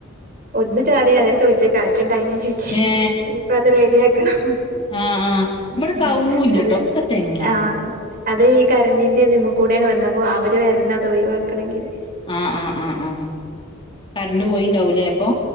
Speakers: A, on the right; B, on the left.
A: ഒന്ന്ചാടി അതാ ഞാൻ ചോയ്ച്ചേ കാറ്റ്ണ്ടായ്നോ ചോയ്ച്ചേ
B: ഏ
A: ഇനിയിപ്പഅത് റെഡിയാക്കണം.
B: ആ ആ
A: ഹ്മ്മ്
B: ഇവിടെ കവുങ്ങും ഇല്ലട്ടോ
A: അതെ
B: ഒക്കെ തെങ്ങാ
A: ആഹ്. അതേ ഈ കരണ്ടിന്റെ ഇതിമ്മെ കൂടാണ് വന്ന അപ്പൊ അവര് വര്ണം അതൊഴിവാക്കണേല്
B: ആഹ്, ആഹ്, ആഹ് കരണ്ട് പോയിണ്ടാവുല്ലെ അപ്പൊ?